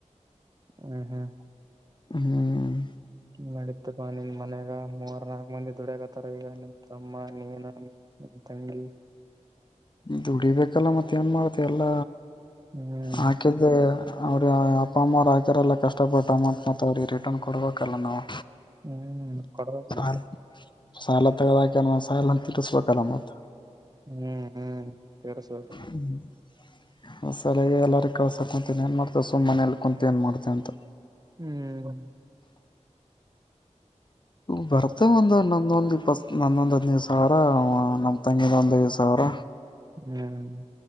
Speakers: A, on the right; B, on the left.
A: ಹ್ಮ್ ಹ್ಮ್
B: ಹ್ಮ್
A: ನಡತ್ ನಿಮ್ ಮನ್ಯಾಗ ಮೂವರ್ನಾ ಮಂದಿ ದುಡಕತಾರ ಈಗ ನಿನ್ ತಮ್ಮ ನೀನ ನಿನ್ ತಂಗಿ
B: ದುಡಿಬೇಕಲ್ಲ ಮತ್ತ ಏನು ಮಾಡತೆ ಎಲ್ಲ
A: ಹ್ಮ್
B: ಹಾಕಿದ್ದ ಅವ್ರ ಅಪ್ಪ ಅಮ್ಮ ಅವ್ ಹಾಕ್ಯಾರಲ್ಲ ಕಷ್ಟ ಪಡ್ಟ್ಟ ಮ ಮ ಅವ್ರ ಕೊಡ್ಬೇಕಲ್ಲ ನಾವು
A: ಹ್ಮ್ ಕೊಡ್ಬೇಕ್ ಮತ್ತೆ
B: ಹ ಸಾಲ ತಗದಾಕಿ ಅಂದ್ ಸಾಲ ತಿರ್ಸ್ಬೇಕಲ್ಲ ಮತ್ತೆ
A: ಹ್ಮ್ ಹ್ಮ್ ತೇರ ಸ
B: ಹ್ಮ ಹೊಸಲ ಎಲ್ಲಾರ ಕಳ್ಸಾ ಕುಂತೀನಿ ಏನ್ ಮಾಡ್ತವೆ ಸುಮ್ಮ್ ಮನಲಿ ಕುಂತ ಏನ್ ಮಾಡ್ತವಿ ಸಾಂತ
A: ಹ್ಮ್
B: ಬರ್ತೇ ಒಂದ ನಂದೊಂದ್ ಇಪ್ಪತ್ ನಂದೊಂದ್ ಹದಿನೈದು ಸಾವಿರ ನಮ್ ತಂಗಿದ ಒಂದ ಐದು ಸಾವಿರ.
A: ಹ್ಮ್